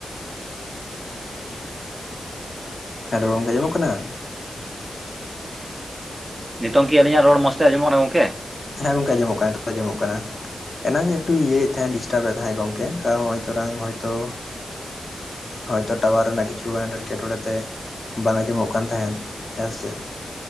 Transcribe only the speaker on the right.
ᱱᱤᱛᱚᱝ ᱠᱤ ᱟᱹᱞᱤᱧᱟᱜ ᱨᱚᱲ ᱢᱚᱥᱛᱮ ᱟᱸᱡᱚᱢᱚᱜ ᱠᱟᱱᱟ ᱜᱚᱝᱠᱮ?